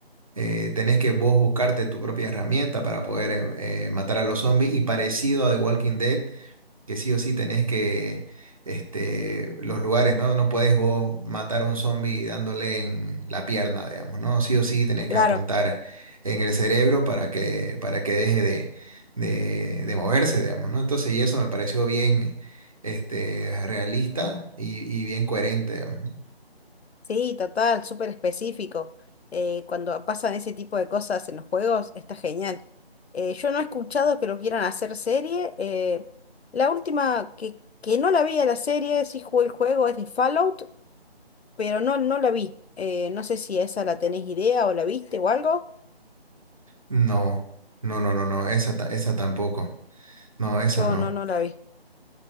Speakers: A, on the right; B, on the left.
A: eh, tenés que vos buscarte tu propia herramienta para poder eh, eh, matar a los zombies y parecido a The Walking Dead, que sí o sí tenés que, este, los lugares, ¿no? No podés vos matar a un zombie dándole en la pierna, digamos, ¿no? Sí o sí tenés
B: Claro.
A: que apuntar en el cerebro para que, para que deje de, de, de moverse, digamos, ¿no? Entonces, y eso me pareció bien, este, realista y, y bien coherente, digamos.
B: Sí, total, súper específico. Eh, cuando pasan ese tipo de cosas en los juegos, está genial. Eh, yo no he escuchado que lo quieran hacer serie. eh, la última que, que no la vi a la serie, sí jugué el juego, es de Fallout, pero no, no la vi. Eh, no sé si esa la tenés idea o la viste o algo.
A: No, no, no, no, no, no, esa, ta- esa tampoco. No, esa
B: Yo
A: no,
B: no, no la vi.